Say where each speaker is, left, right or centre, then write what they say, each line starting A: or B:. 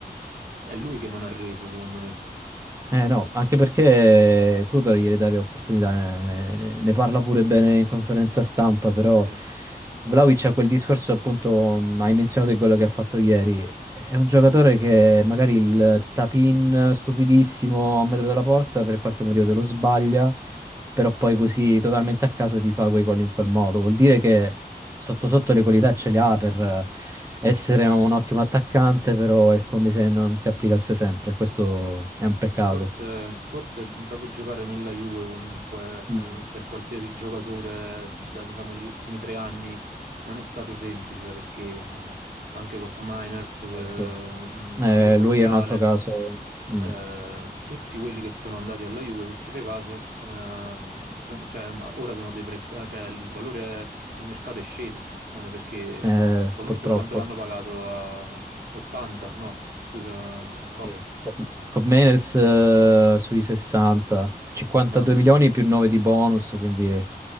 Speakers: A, on the right; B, on the right.
A: È lui che non ha reso, secondo me.
B: Eh no, anche perché tu devi dare opportunità, ne, ne- ne parla pure bene in conferenza stampa, però
A: Sì,
B: Vlaovic ha quel discorso appunto, mh, hai menzionato il gol che ha fatto ieri, è un giocatore che magari il tap-in stupidissimo a un metro dalla porta per qualche motivo te lo sbaglia, però
A: sì.
B: poi così totalmente a caso ti fa quei gol in quel modo, vuol dire che sotto sotto le qualità ce le ha per eh, essere un ottimo attaccante, però è come se non si applicasse sempre. Questo è un peccato.
A: Forse, forse proprio giocare nella Juve comunque
B: Mm.
A: eh, per qualsiasi giocatore da, diciamo, degli ultimi tre anni non è stato semplice perché eh, anche Cop Miners, eh, mh,
B: Eh, sì. Eh,
A: Nico Gonzalez,
B: lui è un altro caso, Mm.
A: eh, tutti quelli che sono andati alla Juve, se ci fai caso, ehm, son- cioè, ma ora sono dei prezzi, cioè il valore di mercato è sceso eh, perché
B: Eh,
A: comunque
B: purtroppo.
A: quanto l'hanno pagato a 80, no, scusa, Cop.
B: Sì. Cob- Cobb Meners, eh, sui 60, 52
A: 60.
B: milioni più 9 di bonus, quindi un